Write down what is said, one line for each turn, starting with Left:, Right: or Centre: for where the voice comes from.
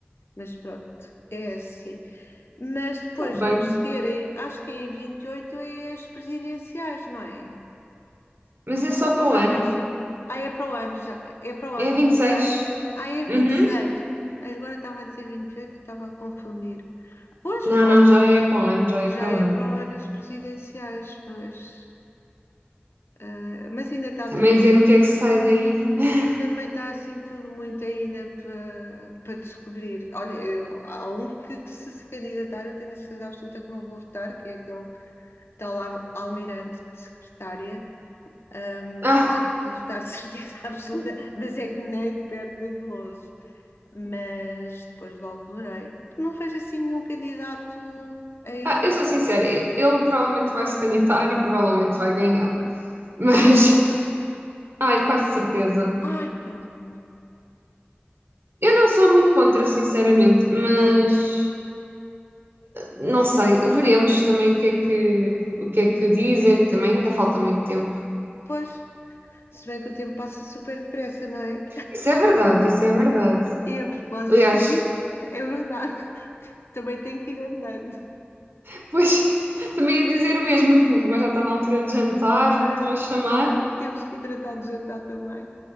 Left: Mas pronto, é assim. Mas depois
Right: Tá bem,
Left: vamos ter, aí- acho que é em 28 é as presidenciais, não é?
Right: mas é só
Left: Ou,
Right: para
Left: ou
Right: o
Left: é
Right: ano.
Left: mais. Ah, é para o ano já. É para o
Right: É
Left: ano
Right: 26.
Left: vinte e seis Ah, é vinte
Right: Uhum.
Left: e seis Ah, agora estava a dizer vinte e oito estava a confundir. Pois,
Right: Não,
Left: para
Right: não,
Left: o-
Right: já é para o ano, já é
Left: já
Right: para
Left: é
Right: o ano.
Left: para o ano as presidenciais, pois. Ah, mas ainda está
Right: Também
Left: tudo assim
Right: ver o que
Left: muito.
Right: é que sai daí. <laughs>
Left: Também está assim tudo muito ainda para, para descobrir. Olha, eu- há um que se se candidatar, eu tenho a certeza absoluta que não vou votar, que é aquele tal al- almirante de secretária. hum,
Right: Ah,
Left: eu só vou votar de certeza <laughs> absoluta, mas é que nem de perto da Goloso. Mas depois logo verei. Não vejo assim nenhum candidato ainda.
Right: ah, eu sou sincera, e- ele provavelmente vai se candidatar e provavelmente vai ganhar. Mas,
Left: Ah, sim.
Right: <laughs> ai, quase certeza.
Left: Ai, que horror.
Right: Eu não sou muito contra, sinceramente, mas
Left: Não,
Right: Não sei, veremos também o que é que, o que é que dizem,
Left: sim.
Right: também ainda falta muito tempo.
Left: Pois, se bem que o tempo passa super depressa, não é?
Right: Isso é verdade, isso é verdade.
Left: E a propósito
Right: Aliás,
Left: disso, é verdade, <laughs> também tem que ir andando.
Right: depois <laughs> também ia dizer o mesmo, <laughs> porque agora já está na altura de jantar, já
Left: É
Right: me estão a chamar.
Left: isso, temos que ir tratar de jantar também.